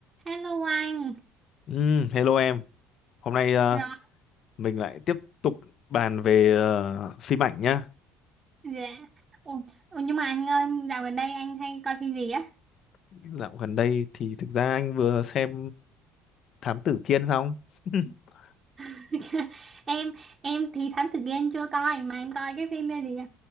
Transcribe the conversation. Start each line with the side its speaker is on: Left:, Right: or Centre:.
Right: Hello anh.
Left: Ừm, hello em, hôm nay ờ,
Right: Rồi,
Left: mình lại tiếp tục bàn về ờ, phim ảnh nhá.
Right: dạ. Ồ, ồ, nhưng mà anh ơi, dạo gần đây anh hay coi phim gì á?
Left: Dạo gần đây thì thực ra anh vừa xem Thám Tử Kiên xong, <laughs>
Right: <laughs> Em em thì Thám Tử Kiên chưa coi mà em coi cái phim ờ, gì nhỉ?